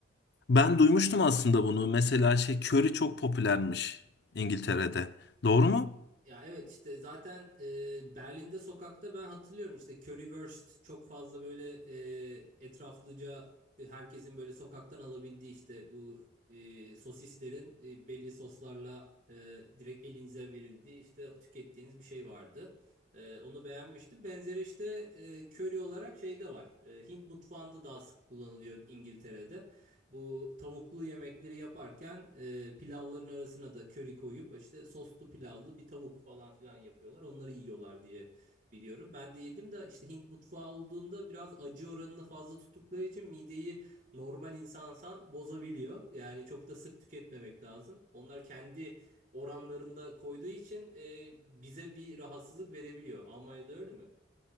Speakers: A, on the left (about 60°); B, on the right (about 45°).
A: Ben duymuştum aslında bunu. Mesela şey köri çok popülermiş İngiltere'de. Doğru mu?
B: Ya evet işte zaten e, Berlin'de sokakta ben hatırlıyorum işte Currywurst çok fazla böyle e, etraflıca e, herkesin böyle sokaktan alabildiği işte bu e, sosislerin e, belli soslarla e, direkt elinize verildiği işte tükettiğiniz bir şey vardı. E, onu beğenmiştim. Benzeri işte e, curry olarak şeyde var. E, Hint mutfağında daha sık kullanılıyor İngiltere'de. Bu tavuklu yemekleri yaparken e, pilavların arasına da köri koyup işte soslu pilavlı bir tavuk falan filan yapıyorlar. Onları yiyorlar diye biliyorum. Ben de yedim de işte Hint mutfağı olduğunda biraz acı oranını fazla tuttukları için mideyi normal insansan bozabiliyor. Yani çok da sık tüketmemek lazım. Onlar kendi oranlarında koyduğu için e, bize bir rahatsızlık verebiliyor. Almanya'da öyle mi?